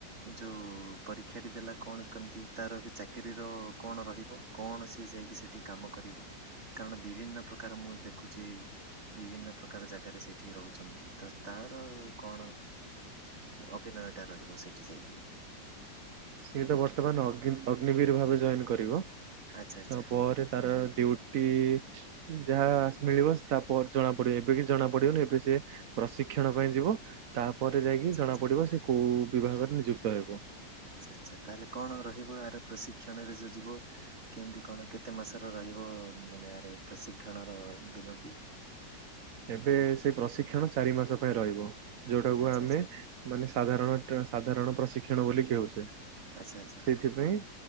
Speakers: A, on the right; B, on the right.
A: ଏ ଯେଉଁ ପରୀକ୍ଷାଟି ଦେଲା କଣ କେମିତି ତାର ଏବେ ଚାକିରିୀର କଣ ରହିବ? କୌଣସି ଯାଇକି ସେଇଠି କାମ କରିବ? କାରଣ ବିଭିନ୍ନ ପ୍ରକାର ମୁଁ ଦେଖୁଛି ବିଭିନ୍ନ ପ୍ରକାର ଜାଗାରେ ସେ ସେଠି ରହୁଛନ୍ତି ତ ତାର କଣ ଅଭିନୟ ଟା ରହିବ ସେଇଠି ଯାଇକି?
B: ସିଏ ତ ବର୍ତ୍ତମାନ ଅଗ୍ନିବୀର ଭାବେ ଜଏନ କରିବ ତା
A: ଆଚ୍ଛା ଆଚ୍ଛା
B: ପରେ ତାର ଡ୍ୟୁଟି ଯାହାସ୍ ମିଳିବ ସ ତାପରେ ଜଣା ପଡିବ ଏବେ କିଛି ଜଣା ପଡିବନି ଏବେ ସେ ପ୍ରଶିକ୍ଷଣ ପାଇଁ ଯିବ ତାପରେ ଯାଇକି
A: ଆଚ୍ଛା
B: ଜଣା
A: ଆଚ୍ଛା
B: ପଡିବ ସେ କୋଉ ବିଭାଗରେ ନିଯୁକ୍ତ ହେବ।
A: ଆଚ୍ଛା ଆଚ୍ଛା ତାହେଲେ କଣ ରହିବ ଏହାର ପ୍ରଶିକ୍ଷଣରେ ଯୋଉ ଯିବ କେମତି କଣ କେତେ ମାସର ରହିବ ମାନେ ଆର ପ୍ରଶିକ୍ଷଣ ର ଦିନଟି?
B: ଏବେ ସେଇ ପ୍ରଶିକ୍ଷଣ ଚାରି ମାସ ପାଇଁ ରହିବ ଯୋଉଟାକୁ
A: ଆଚ୍ଛା
B: ଆମେ
A: ଆଚ୍ଛା
B: ମାନେ ସାଧାରଣ ଟ୍ର ସାଧାରଣ ପ୍ରଶିକ୍ଷଣ ବୋଲି କଉଛେ
A: ଆଚ୍ଛା ଆଚ୍ଛା
B: ସେଥିପାଇଁ